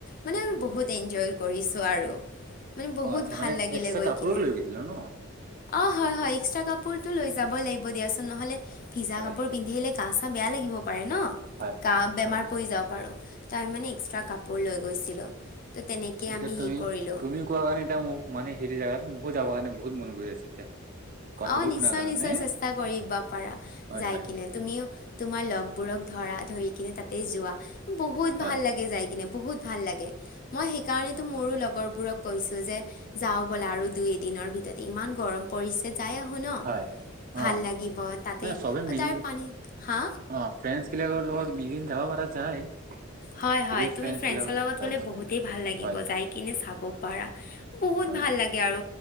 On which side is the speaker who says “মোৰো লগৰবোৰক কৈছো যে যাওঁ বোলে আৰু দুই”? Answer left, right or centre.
Left